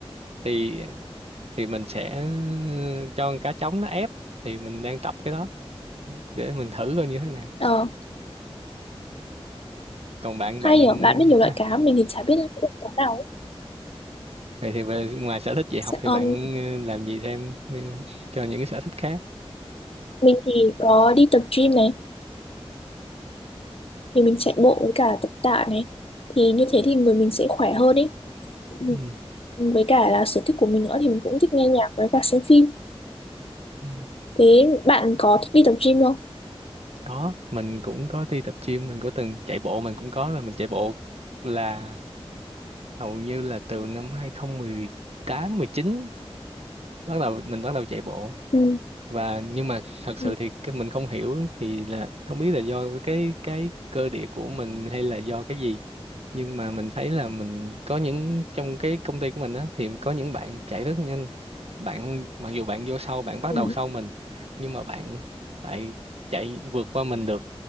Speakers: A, on the right; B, on the left.
A: thì thì mình sẽ cho con cá trống nó ép thì mình đang tập cái đó để mình thử coi như thế nào
B: Ờ.
A: còn bạn
B: hay
A: bạn
B: nhỉ bạn biết nhiều loại
A: <laughs>
B: cá mình thì chả biết loại cá nào ấy.
A: vậy thì về ngoài sở thích dạy
B: Sẽ-
A: học thì
B: um,
A: bạn ờ, làm gì thêm ờ, cho những cái sở thích khác
B: mình thì có đi tập gym này thì mình chạy bộ với cả tập tạ này thì như thế thì người mình sẽ khỏe hơn ấy Ừ.
A: ừ.
B: với cả là sở thích của mình nữa thì mình cũng thích nghe nhạc với cả xem phim
A: Ừ.
B: thế bạn có thích đi tập gym không
A: có mình cũng có đi tập gym mình có từng chạy bộ mình cũng có là mình chạy bộ là hầu như là từ năm hai không một tám mười chín bắt đầu mình bắt đầu chạy bộ
B: ừ.
A: và nhưng mà thật sự
B: Ừ.
A: thì cái mình không hiểu thì là không biết là do cái cái cơ địa của mình hay là do cái gì nhưng mà mình thấy là mình có những trong cái công ty của mình á thì có những bạn chạy rất nhanh bạn mặc dù bạn vô sau bạn
B: Ừ.
A: bắt đầu sau mình nhưng mà bạn lại chạy vượt qua mình được